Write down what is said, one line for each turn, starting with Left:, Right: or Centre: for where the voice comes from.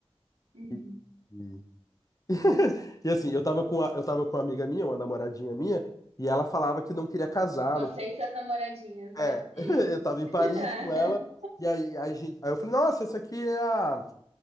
Right: Uhum.
Left: E, e- <laughs> e, assim, eu tava com a, eu tava com uma amiga minha, uma namoradinha minha, e ela falava que não queria casar.
Right: Você
Left: Não...
Right: e seus namoradinhos, né?
Left: É,
Right: Hum.
Left: <laughs> eu tava em
Right: <laughs>
Left: Paris com ela, e aí, aí, a gente- aí eu falei, nossa, essa aqui é a.